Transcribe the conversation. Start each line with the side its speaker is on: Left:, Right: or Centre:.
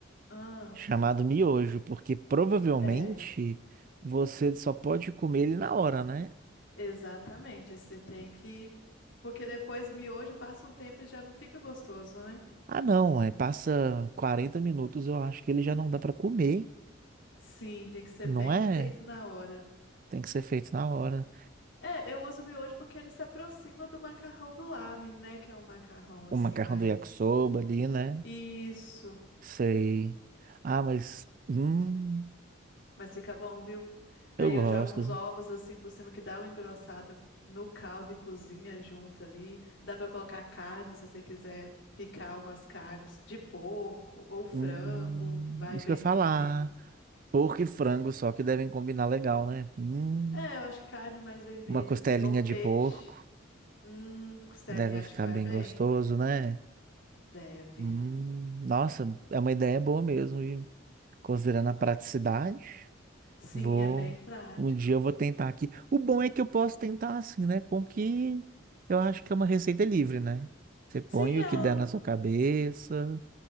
Left: Ah,
Right: Chamado miojo, porque provavelmente
Left: é,
Right: você só pode comer ele na hora, né?
Left: exatamente. Aí Você tem que. Porque depois o miojo passa um tempo e já não fica gostoso, né?
Right: Ah, não, é, passa 40 minutos, eu acho que ele já não dá pra comer,
Left: Sim, tem que ser
Right: não
Left: bem
Right: é?
Left: feito na hora.
Right: Tem que ser feito na hora.
Left: É, eu uso miojo porque ele se aproxima do macarrão do lamen, né? Que é um macarrão assim
Right: O macarrão
Left: mais.
Right: do yakisoba ali, né?
Left: Isso.
Right: Sei. Ah, mas hum,
Left: Mas fica bom, viu? Aí
Right: eu gosto.
Left: eu jogo uns ovos assim por cima que dá uma engrossada no caldo e cozinha junto ali. Dá pra colocar carne se você quiser picar umas carnes de porco ou frango,
Right: Hum,
Left: vai
Right: isso
Left: bem
Right: que eu ia falar.
Left: também.
Right: Porco e frango, só que devem combinar legal, né? Hum,
Left: É, eu acho que carne mais vermelha
Right: uma costelinha
Left: assim ou peixe.
Right: de porco
Left: Hum, Celinha,
Right: deve
Left: acho
Right: ficar
Left: que vai
Right: bem
Left: bem.
Right: gostoso, né?
Left: Deve.
Right: Hum, nossa, é uma ideia boa mesmo. E considerando a praticidade,
Left: Sim,
Right: vou.
Left: é bem prático.
Right: Um dia eu vou tentar aqui. O bom é que eu posso tentar assim, né? Com que eu acho que é uma receita livre, né? Você põe
Left: Sim,
Right: o
Left: ela,
Right: que der na sua cabeça.